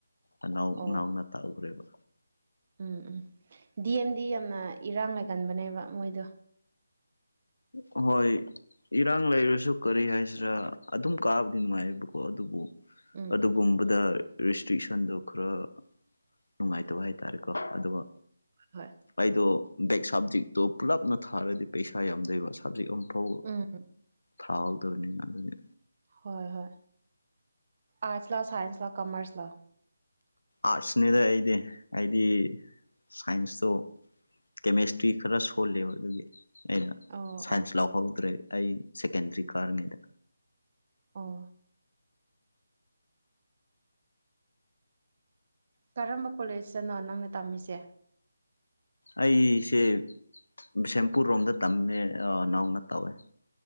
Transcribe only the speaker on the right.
ꯑꯣ
ꯎꯝ ꯎꯝ ꯗꯤ ꯑꯦꯝꯗꯤ ꯌꯥꯝꯅ ꯏꯔꯥꯡ ꯂꯩꯒꯟꯕꯅꯦꯕ ꯃꯣꯏꯗꯣ
ꯎꯝ
ꯍꯣꯏ
ꯎꯝ
ꯍꯣꯏ ꯍꯣꯏ ꯑꯔꯠꯁ ꯂꯑꯣ ꯁꯥꯏꯟꯁ ꯂ ꯀꯃꯔꯁ ꯂꯥꯛ
ꯑꯣ
ꯑꯣ
ꯑꯣꯥ ꯀꯔꯝꯕ ꯀꯣꯂꯦꯖꯇꯅꯣ ꯅꯪꯅ ꯇꯝꯃꯤꯁꯦ